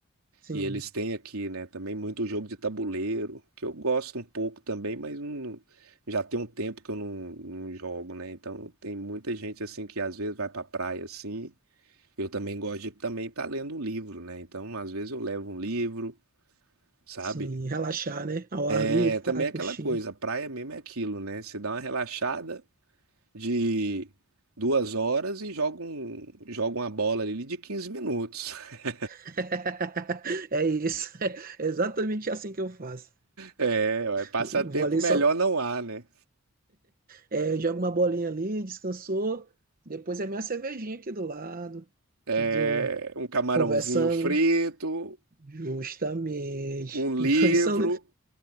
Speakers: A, on the right (about 40°); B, on the right (about 80°).
A: Sim,
B: E eles têm aqui, né, também muito jogo de tabuleiro, que eu gosto um pouco também, mas não- já tem um tempo que eu não, não jogo, né? Então tem muita gente assim que às vezes vai pra praia assim. Eu também gosto de também estar lendo um livro, né? Então às vezes eu levo um livro, sabe?
A: sim, relaxar, né? Ao ar livre,
B: É
A: ficar
B: também é
A: curtindo.
B: aquela coisa, a praia mesmo é aquilo, né? Você dá uma relaxada de duas horas e joga, um, joga uma bola ali de quinze minutos. <laughs>
A: <laughs> É isso, é exatamente assim que eu faço.
B: É, ué, passatempo
A: Vou ali
B: melhor
A: só
B: não há, né?
A: É, joga uma bolinha ali, descansou. Depois é minha cervejinha aqui do lado.
B: É,
A: Tudo
B: um camarãozinho
A: conversando.
B: frito,
A: né? Justamente.
B: um livro.
A: <laughs> Isso é um